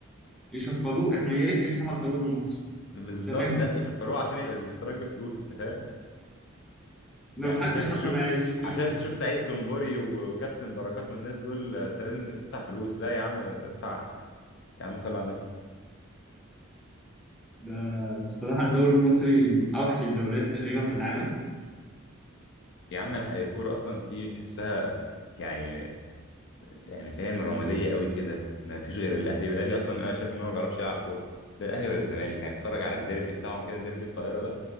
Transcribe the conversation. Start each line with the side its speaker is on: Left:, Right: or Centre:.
Centre: يشفروه إحنا يا ريت يمسحوا الدوري المصري
Left: بالظبط
Centre: تماما
Left: لا يشفروه عشان يبقى الاشتراك بفلوس انت فاهم
Centre: لو
Left: يعني
Centre: محدش
Left: عشان
Centre: أصلا
Left: تشوف
Centre: هيشترك
Left: عشان تشوف سعيد سمبوري و- وكابتن بركات والناس دول آه، انت لازم تدفع فلوس لا يا عم ادفع يا عم صل على النبي
Centre: ده الصراحة الدوري المصري من أوحش الدوريات تقريبا في العالم
Left: يا عم انا الكوره اصلا في تحسها يعني يعني فاهم رماديه قوي كده ما فيش غير الاهلي والاهلي اصلا انا شايف ان هو ما بيعرفش يلعب كوره لا الاهلي ولا الزمالك يعني اتفرج على الديربي بتاعهم كده ديربي القاهره ده